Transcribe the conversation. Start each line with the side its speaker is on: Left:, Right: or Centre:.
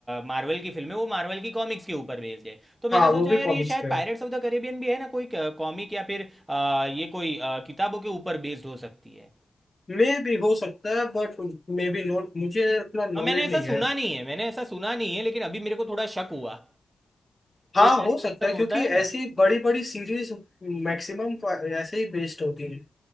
Right: मार्वल की फिल्म है वो मार्वल की कॉमिक्स के ऊपर बेस्ड है तो मैंने
Left: हाँ
Right: सोचा
Left: वो भी
Right: यार
Left: कॉमिक्स
Right: ये शायद
Left: पे
Right: पायरेट्स ऑफ द कैरिबियन भी है ना कोई कॉमिक या फिर अ, ये कोई अ, किताबों के ऊपर बेस्ड हो सकती है
Left: मे भी हो सकता है बट मे बी नॉट मुझे उतना
Right: और
Left: नॉलेज
Right: मैंने ऐसा
Left: नहीं
Right: सुना
Left: है
Right: नहीं है मैंने ऐसा सुना नहीं है लेकिन अभी मेरे को थोड़ा शक हुआ कि
Left: हाँ
Right: यार
Left: हो
Right: ये
Left: सकता
Right: सब
Left: है
Right: होता
Left: क्योंकि
Right: है ना
Left: ऐसी बड़ी बड़ी सीरीज मैक्सिमम ऐसे ही बेस्ड होती है